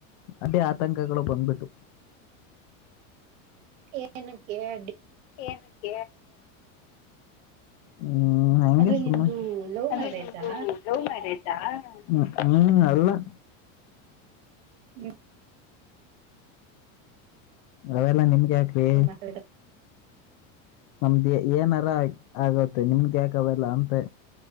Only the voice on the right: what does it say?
ಏನು ಕೇಳ
ಅಂದ್ರೆ
ನಿಮ್ದು ಲವ್
ಮ್ಯಾರೇಜಾ
ಹ್ಮ
ಮಾತಾಡಿದ